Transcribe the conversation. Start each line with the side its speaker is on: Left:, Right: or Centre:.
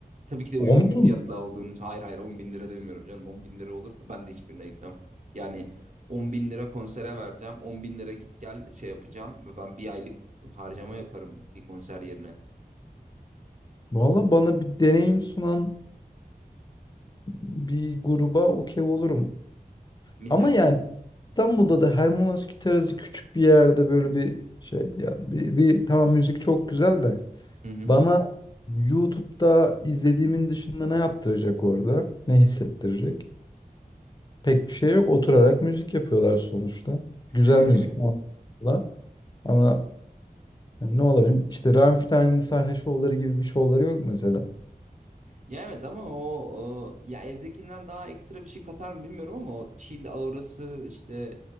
Right: Tabii ki de uygun
Left: 10 bin
Right: bir fiyatla olduğunu. Hayır hayır 10 bin lira demiyorum canım. 10 bin lira olursa ben de hiçbirine gitmem. Yani 10 bin lira konsere vereceğim. 10 bin lira git gel şey yapacağım. Ben bir aylık harcama yaparım bir konser yerine.
Left: Valla bana bir deneyim sunan bir gruba okey olurum.
Right: Misal.
Left: Ama yani İstanbul'da da Hermanovski Terası küçük bir yerde böyle bir şey yani bir, bir tamam müzik çok güzel de
Right: Hı hı.
Left: bana YouTube'da izlediğimin dışında ne yaptıracak orada? Ne hissettirecek? Pek bir şey yok. Oturarak müzik yapıyorlar sonuçta.
Right: <laughs>
Left: Güzel müzik. muhakkak. Ama yani ne olabilir? İşte Rammstein'in sahne şovları gibi bir şovları yok mesela.
Right: Ya evet ama o, o- ya evdekinden daha ekstra bir şey katar mı bilmiyorum ama o chill aurası işte